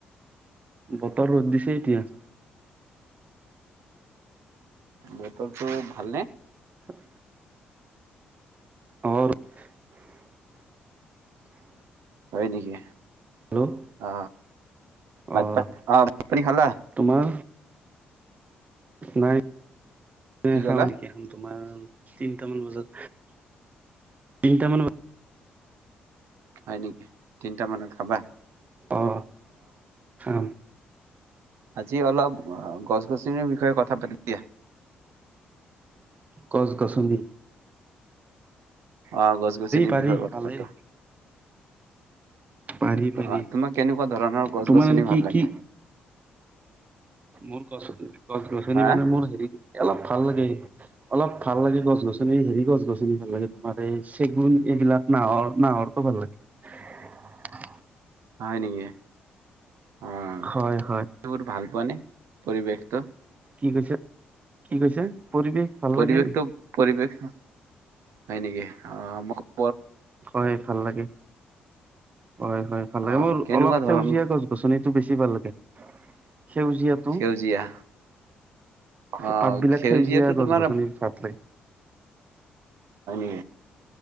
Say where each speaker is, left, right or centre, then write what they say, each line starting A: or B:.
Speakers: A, on the right; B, on the right.
A: বতৰ ৰ'দ দিছে এতিয়া।
B: বতৰটো ভাল নে।
A: <unintelligible> <unintelligible>
B: হয় নেকি।
A: হেল্ল'
B: অ বাট
A: অ'
B: অহ ভাত পানী খালা।
A: তোমাৰ নাই, এ
B: কি
A: খাও
B: ক'লা?
A: নেকি এখন তোমাৰ তিনটামান বজাত তিনটামানত,
B: হয় নেকি তিনটা মানত খাবা।
A: অ হা,
B: আজি অলপ, অ গছ গছনিৰ বিষয়ে কথা পাতিম। দিয়া
A: গছ-গছনি।
B: অ গছ গছনিৰ
A: পাৰি
B: বিষয়ে কথা
A: ভালেই
B: পাতো।
A: পাৰি পাৰি
B: অ তোমাক কেনেকুৱা ধৰণৰ গছ-গছনি
A: তোমাৰ এনে কি
B: ভাল লাগে?
A: কি মোৰ কচ গছ গছনি
B: হা
A: মানে মোৰ হেৰি অলপ ভাল লাগে অলপ ভাল লাগে গছ গছনি হেৰি গছ গছনি ভাল লাগে তোমাৰ এই চেগুন এইবিলাক নাহৰ নাহৰটো ভাল লাগে।
B: হয় নেকি? অহ
A: হয় হয়
B: তুমি ভাল পোৱা নে পৰিৱেশটো?
A: কি কৈছে কি কৈছে? পৰিৱেশ ভাল
B: পৰিৱেশটো
A: লাগে।
B: পৰিৱেশ হয় নেকি অ।
A: হয় ভাল লাগে হয় হয় ভাল লাগে
B: আহ
A: মোৰ
B: কেনেকুৱা
A: অলপ
B: ধৰণ
A: সেউজীয়া গছ গছনিটো বেছি ভাল লাগে। সেউজীয়াতো।
B: সেউজীয়া আহ
A: পাতবিলাক
B: সেউজীয়াটো
A: সেউজীয়া গছ
B: তোমাৰ
A: গছনি পাত লাই।
B: উ।